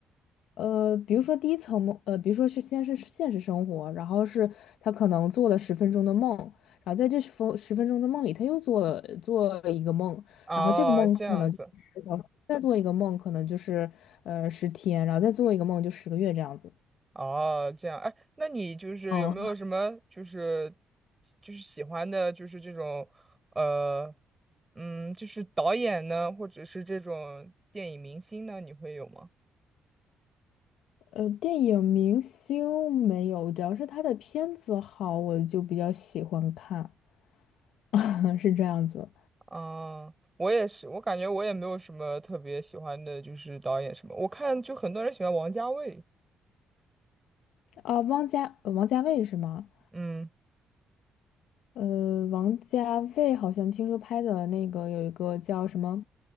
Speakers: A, on the left (about 85°); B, on the right (about 20°).
A: 呃，比如说第一层梦，呃，比如说是先是现实生活，然后是他可能做了十分钟的梦，然后在这十分十分钟的梦里，他又做了做了一个梦，
B: 啊？
A: 然后这个梦可能就是小时再做一个梦，
B: 哦，这样子。
A: 可能就是呃十天，然后再做一个梦就十个月这样子。
B: 哦，这样，哎，那你就是有没有什么就是
A: 哦，
B: 就是喜欢的，就是这种呃，嗯，就是导演呢，或者是这种电影明星呢，你会有吗？
A: 呃，电影明星没有，主要是他的片子好，我就比较喜欢看，<laughs> 是这样子。
B: 啊、我也是，我感觉我也没有什么特别喜欢的，就是导演什么，我看就很多人喜欢王家卫，
A: 啊、汪家呃王家卫是吗？
B: 嗯，
A: 呃，王家卫好像听说拍的那个有一个叫什么